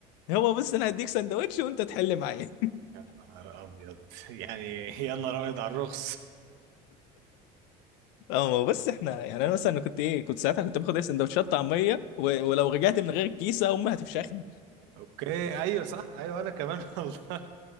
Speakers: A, on the left (about 80°); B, on the right (about 80°).
A: هو بس انا هديك سندوتش وانت تحل معايا
B: يا نهار ابيض <laughs> يعني يا نهار ابيض على الرخص
A: اه ما هو بس احنا يعني انا مثلا كنت ايه كنت ساعتها كنت باخد ايه سندوتشات طعميه و... ولو رجعت من غير الكيسه امي هتفشخني
B: اوكي ايوه صح ايوه انا كمان <laughs> والله